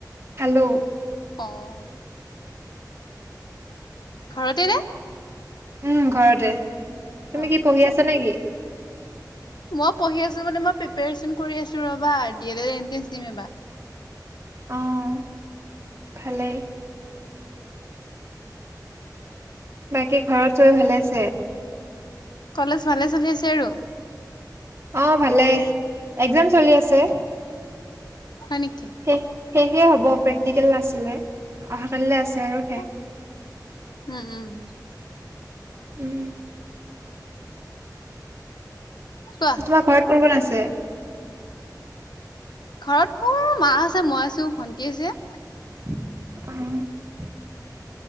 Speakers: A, on the right; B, on the left.
A: খালো।
B: অহ'। ঘৰতেই নে?
A: উম', ঘৰতে। তুমি
B: অ
A: কি পঢ়ি আছা নেকি?
B: মই পঢ়ি আছো মানে মই প্ৰিপেৰেচন কৰি আছো ৰ'বা, দি এল এড এন্ট্ৰেন্ছ দিম এইবাৰ।
A: অহ', ভালে। বাকী, ঘৰত চবেই ভালে আছে?
B: কলেজ ভালে চলি আছে আৰু।
A: অ', ভালে। একজাম চলি আছে।
B: হয়, নেকি।
A: শেষ শেষে হ'ব প্ৰেক্টিকেল আছিলে, অহাকাইলে আছে।
B: <inaudible>
A: আৰু শেষ।
B: উম', উম', উম'।
A: উম'।
B: কোৱা
A: তোমাৰ ঘৰত কোন-কোন আছে?
B: ঘৰত মোৰ মা আছে, মই আছো ভন্টি আছে।
A: <inaudible> অ'।